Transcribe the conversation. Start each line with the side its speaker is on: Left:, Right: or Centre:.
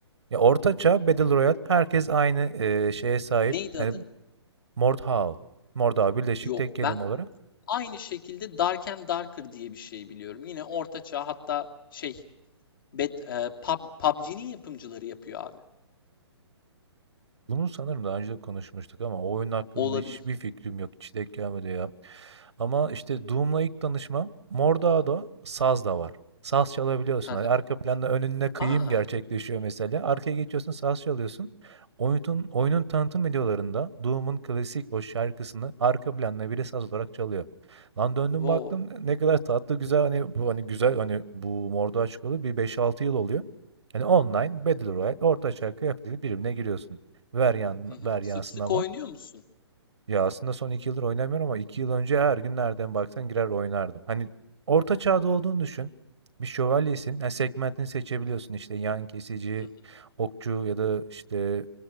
Right: ya ortaçağ Battle Royale herkes aynı eee, şeye sahip.
Left: Neydi
Right: Yani
Left: adı?
Right: Mordhau. Mordhau birleşik
Left: Yok.
Right: tek kelime
Left: Ben
Right: olarak.
Left: aynı şekilde Dark and Darker diye bir şey biliyorum. Yine orta çağ hatta şey Bed, e, Pub, PUBG'nin yapımcıları yapıyor abi.
Right: Bunu sanırım daha önce de konuşmuştuk ama o oyun hakkında
Left: Olabilir.
Right: hiçbir fikrim yok. Hiç denk gelmedi ya. Ama işte Doom'la ilk tanışmam Mordağda saz da var. Saz çalabiliyorsun.
Left: Hı hı.
Right: Hani arka planda önüne kıyım
Left: Aa,
Right: gerçekleşiyor mesela. Arkaya geçiyorsun saz çalıyorsun. Oyunun, oyunun tanıtım videolarında Doom'un klasik o şarkısını arka planda biri saz olarak çalıyor. Lan döndüm
Left: wow.
Right: baktım ne kadar tatlı güzel hani bu hani güzel hani bu Mordor çıkalı bir beş altı yıl oluyor. Hani online Battle Royale orta çağ kıyafetiyle birbirine giriyorsun. Ver yan
Left: Hı hı.
Right: ver
Left: Sık
Right: Yasin
Left: sık
Right: Aman.
Left: oynuyor musun?
Right: Ya, aslında son 2 yıldır oynamıyorum ama 2 yıl önce her gün nereden baksan girer oynardım. Hani orta çağda olduğunu düşün. Bir şövalyesin. Ha, segmentini seçebiliyorsun
Left: Hı hı,
Right: işte yan kesici,
Left: hı hı.
Right: okçu ya da işte